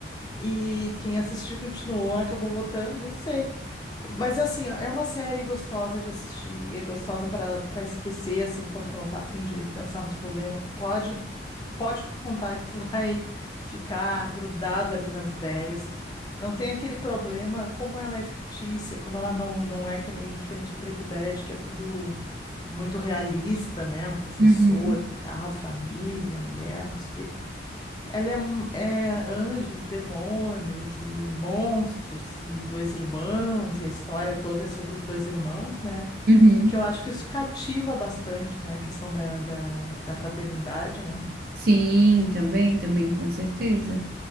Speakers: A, on the left; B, on the right.
A: E quem assistiu continuou, acabou votando, não sei. Mas assim, ó, é uma série gostosa de assistir, é gostosa para para esquecer, assim, quando tu não tá afim de pensar nos problemas. Pode pode contar que tu <laughs> vai ficar grudado ali nas ideias. Não tem aquele problema, como ela é fictícia, como ela não, não é que nem diferente do Breaking Bad, que é tudo muito realista, né? Um professor
B: Uhum,
A: e tal, família, mulher, não sei o quê. Ela é, um- é anjos, demônios e monstros e dois irmãos, e a história toda é sobre os dois irmãos, né?
B: uhum.
A: Que eu acho que isso cativa bastante, né? A questão da, da, da fraternidade, né?
B: Sim, também, também, com certeza.